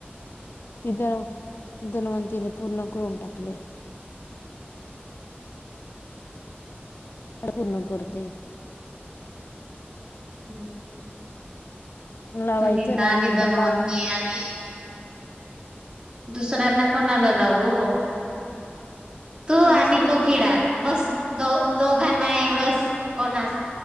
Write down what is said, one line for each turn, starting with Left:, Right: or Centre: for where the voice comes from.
Left: ति दव धनवंतीने पूर्ण करून टाकलेय. काड पूर्ण करते.
Right: हम्म.
Left: लावायचं
Right: सुनीता
Left: ना
Right: आणि
Left: आम्ही
Right: धनवंती
Left: पण लावत नाही
Right: आणि दुसऱ्यांना कोणाला लावो तू आणि
Left: दुसऱ्या
Right: कोकिडा बस दो दोघांना एवढस कोणास